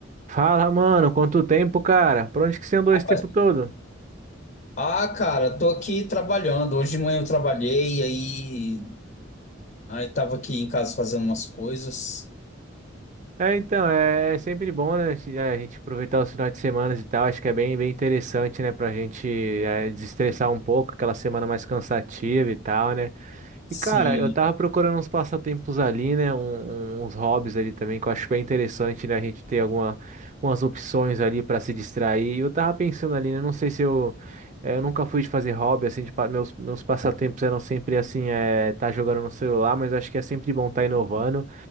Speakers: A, on the right; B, on the left.
A: Fala, mano, quanto tempo, cara? Por onde que você andou
B: Rapaz,
A: esse tempo todo?
B: Ah, cara, tô aqui trabalhando. Hoje de manhã eu trabalhei, aí, aí tava aqui em casa fazendo umas coisas.
A: É, então, é, é sempre bom, né, se- é, a gente aproveitar os finais de semana e tal, acho que é bem, bem interessante, né, pra gente é, desestressar um pouco, aquela semana mais cansativa e tal, né?
B: Sim.
A: E cara, eu tava procurando uns passatempos ali, né? um- um- uns hobbies ali também, que eu acho bem interessante, né? A gente ter alguma, algumas opções ali pra se distrair. E eu tava pensando ali, né? Não sei se eu. eh, eu nunca fui de fazer hobby, assim, de, pa- meus, meus passatempos eram sempre assim, é, tá jogando no celular, mas acho que é sempre bom tá inovando.